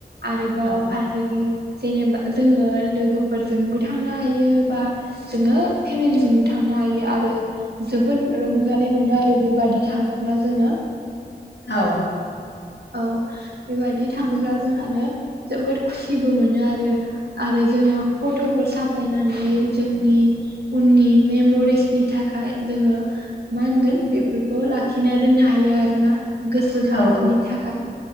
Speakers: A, on the right (about 70°); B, on the left (about 85°).
A: आरोबाव
B: औ
A: फारसेथिं जेनेबा जोङो लोगोफोरजोंबो थांनो हायो बा जोङो फेमिलिजोंबो थांनो हायो आरो। जोबोद रंजानाय मोनो आरो बेबादि थाङोब्ला जोङो।
B: औ
A: औ बेबादि थाङोब्ला जोंहानो जोबोद खुसिबो मोनो आरो आरो जोङो फट'फोर साब फायनानै जोंनि उननि मेमरिसनि थाखाय जोङो मा होनगोन बेफोरखौ लाखिना दोननो हायो आरो। आरोना गोसोखांथिनि
B: औ
A: थाखाय